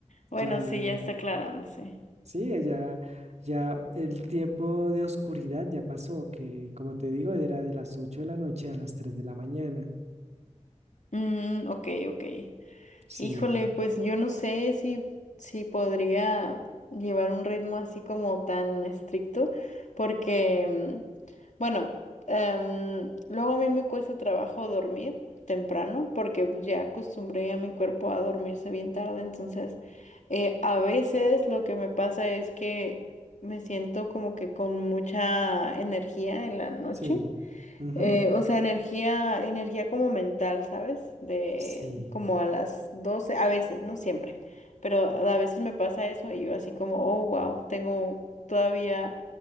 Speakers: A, on the left; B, on the right.
A: Bueno,
B: Ya
A: sí, ya está aclarándose.
B: Sí, ella, ya el tiempo de oscuridad ya pasó, que como te digo, era de las 8 de la noche a las tres de la mañana.
A: Mm, ok, ok.
B: Sí,
A: Híjole, pues yo no sé si, si podría llevar un ritmo así como tan estricto, porque, mm, bueno, em, luego a mí me cuesta trabajo dormir temprano, porque pues, ya acostumbré a mi cuerpo a dormirse bien tarde, entonces eh, a veces lo que me pasa es que me siento como que con mucha energía en la noche.
B: sí. ujú,
A: Eh, o sea, energía, energía como mental, ¿sabes? De
B: Sí,
A: como a las 12, a veces, no siempre, pero a veces me pasa eso y yo así como, oh, wow, tengo todavía